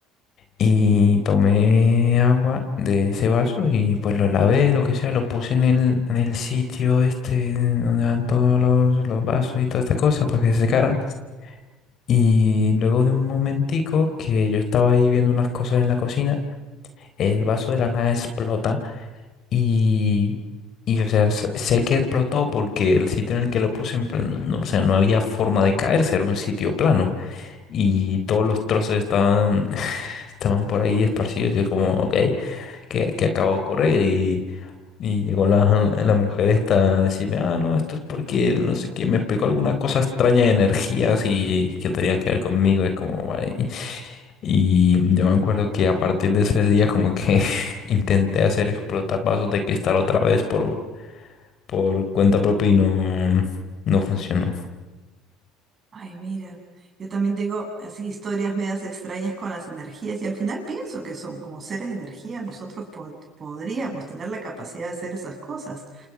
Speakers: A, on the left; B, on the right.
A: Y tomé agua de ese vaso y pues lo lavé, lo que sea, lo puse en el, en el sitio este donde van todos los, los vasos y toda esta cosa para que se secara. Y luego de un momentico que yo estaba ahí viendo unas cosas en la cocina, el vaso de la nada explota y, y, o sea, s- sé que explotó porque el sitio en el que lo puse, en plan, no, no, o sea, no había forma de caerse, era un sitio plano. Y todos los trozos estaban, <laughs> estaban por ahí esparcidos. Y yo como, ok, ¿qué, qué acabo de ocurrir? Y, y llegó la, la mujer esta a decirme, ah, no, esto es porque, no sé qué, me explicó alguna cosa extraña de energías y, que tenía que ver conmigo. Es como, vale. Y yo me acuerdo que a partir de ese día como que <laughs> intenté hacer explotar vasos de cristal otra vez por por cuenta propia y no, no funcionó.
B: Ay, mira, yo también tengo así historias medias extrañas con las energías y al final pienso que son como seres de energía, nosotros po- podríamos tener la capacidad de hacer esas cosas.